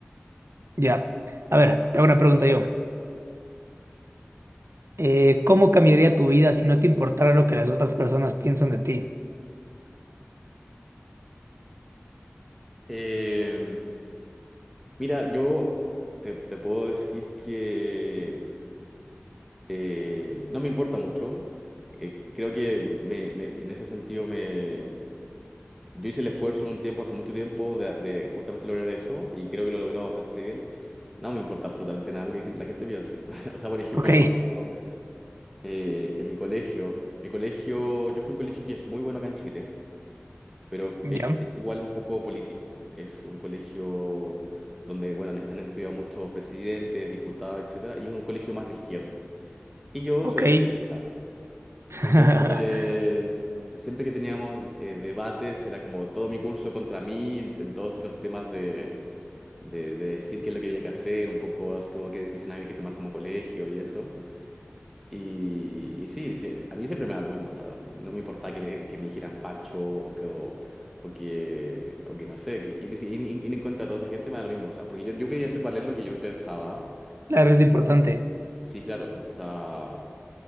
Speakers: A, on the right (about 80°); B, in the centre.
A: Ya. A ver, te hago una pregunta yo. Eh, ¿cómo cambiaría tu vida si no te importara lo que las otras personas piensan de ti?
B: Eh, mira, yo te, te puedo decir que eh, no me importa mucho. Eh, creo que me- me- en ese sentido me... Yo hice el esfuerzo en un tiempo, hace mucho tiempo, de, de justamente lograr eso y creo que lo he logrado bastante bien. No me importa absolutamente nada lo que la gente piense. <laughs> O sea, por ejemplo,
A: Ok,
B: yo me acuerdo... Eh, en mi colegio, mi colegio, yo fui a un colegio que es muy bueno acá en Chile, pero
A: ya.
B: es, es igual un poco político. Es un colegio donde, bueno, han, han estudiado muchos presidentes, diputados, etcétera, y es un colegio más de izquierda. Y yo
A: Ok.
B: soy de derecha.
A: <laughs>
B: Entonces, siempre que teníamos eh, debates, era como todo mi curso contra mí, en, en todos los temas de, de, de decir qué es lo que había que hacer, un poco así como qué decisiones había que tomar como colegio y eso. Y, y sí, sí, a mí siempre me da lo mismo, o sea, no me importaba que me, que me dijeran facho o que, o, o que, o que no sé, que ir, ir- ir en contra de toda esa gente me da lo mismo, o sea, porque yo, yo quería hacer valer lo que yo pensaba.
A: Claro, es
B: Y
A: lo importante.
B: sí, claro, o sea,